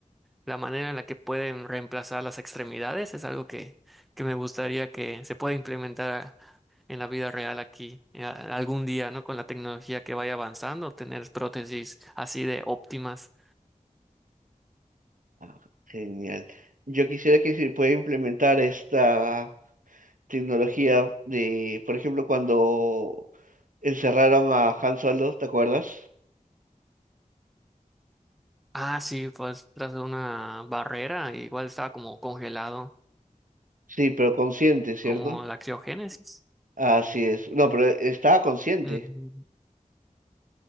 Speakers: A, in the centre; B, on the right (about 75°).
A: la manera en la que pueden reemplazar las extremidades es algo que, que me gustaría que se pueda implementar a- en la vida real aquí eh, a- algún día, ¿no? Con la tecnología que vaya avanzando, tener prótesis así de óptimas.
B: Ah, genial. Yo quisiera que se pueda implementar esta tecnología de, por ejemplo, cuando encerraron a Han Solo, ¿te acuerdas?
A: Ah, sí, pues tras una barrera, igual estaba como congelado,
B: Sí, pero consciente, ¿cierto?
A: como la criogénesis.
B: Así es. No, pero estaba consciente,
A: Mm,